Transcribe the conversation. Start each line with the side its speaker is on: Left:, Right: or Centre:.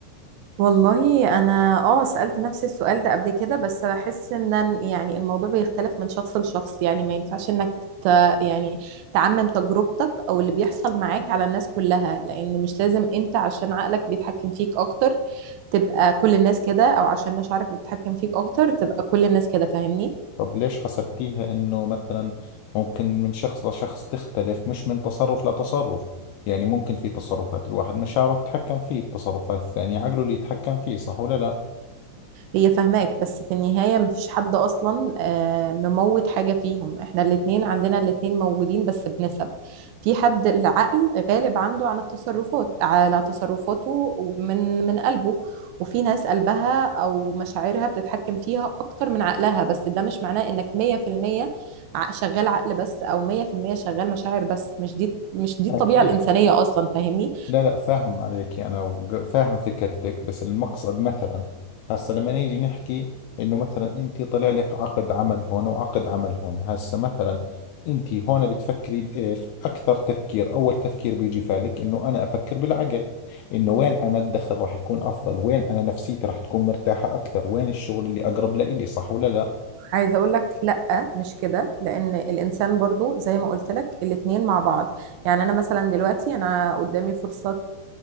Right: والله انا اه سألت نفس السؤال ده قبل كده بس بحس ان أن- يعني الموضوع بيختلف من شخص لشخص يعني ما ينفعش انك ت يعني تعمم تجربتك او اللي بيحصل معاك على الناس كلها لان مش لازم انت عشان عقلك بيتحكم فيك اكتر تبقى كل الناس كده او عشان مشاعرك بتتحكم فيك اكتر تبقى كل الناس كده فاهمني
Left: طب ليش حسبتيها إنه مثلا ممكن من شخص لشخص تختلف مش من تصرف لتصرف يعني ممكن في تصرفات الواحد مشاعره تتحكم فيه التصرفات الثانية عقله اللي يتحكم فيه صح ولا لا؟
Right: هي فاهماك بس في النهاية مفيش حد أصلا آه، مموت حاجة فيهم احنا الاتنين عندنا الاتنين موجودين بس بنسب في حد العقل غالب عنده عن التصرفات على تصرفاته ومن من قلبه وفي ناس قلبها أو مشاعرها بتتحكم فيها أكتر من عقلها بس ده مش معناه إنك 100% ع- شغال عقل بس أو 100% شغال مشاعر بس مش دي مش دي
Left: أكيد
Right: الطبيعة الإنسانية أصلا فاهمني
Left: لا لا فاهم عليك أنا وج- فاهم فكرتك بس المقصد مثلا هسا لما نيجي نحكي إنه مثلا أنت طلع لك عقد عمل هون وعقد عمل هون هسا مثلا أنت هون بتفكري بإيش أكثر تفكير أول تفكير بيجي فالك إنه أنا أفكر بالعقل إنه وين أنا الدخل راح يكون أفضل وين أنا نفسيتي راح تكون مرتاحة أكثر وين الشغل اللي أقرب لإلي صح ولا لا
Right: عايزه اقول لك لا مش كده لان الانسان برضو زي ما قلت لك الاتنين مع بعض يعني انا مثلا دلوقتي انا قدامي فرصه